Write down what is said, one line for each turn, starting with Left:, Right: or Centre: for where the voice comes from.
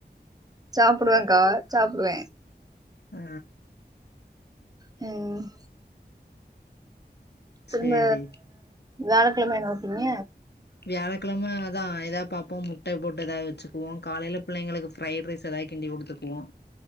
Right: சாப்டுவன்க்கா சாப்டுவ
Left: ஆ
Right: ம் திரும்ப
Left: சேரி
Right: வியாழக்கிழம என்ன வைப்பிங்க
Left: வியாழக்கிழம அதா ஏதோ பாப்போ முட்ட போட்டு ஏதாவது வச்சுக்குவோ காலையில பிள்ளைங்களுக்கு ஃபிரைட் ரைஸ் ஏதாது கிண்டி குடுத்துக்குவோ